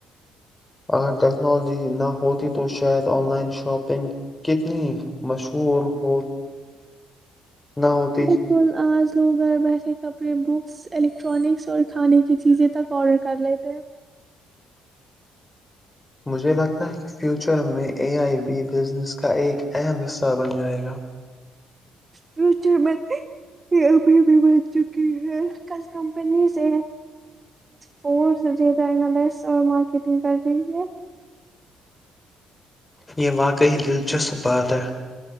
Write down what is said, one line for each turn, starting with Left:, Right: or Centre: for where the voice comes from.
Left: اگر ٹیکنالوجی نہ ہوتی تو شاید آن لائن شاپنگ کتنی مشہور ہو نہ ہوتی
Right: بالکل آج لوگ گھر بیٹھے کپڑے بکس الیکٹرانکس اور کھانے کی چیزیں تک آڈر کر لیتے ہیں
Left: مجھے لگتا ہے کہ فیوچر میں اے آئی بی بزنس کا ایک اہم حصہ بن جائے گا
Right: فیوچر میں یہ ابھی بھی بج چکی ہے ک کمپنیزع ف اور مارکیٹنگ کر رہی ہے
Left: یہ واقعی دلچسپ بات ہے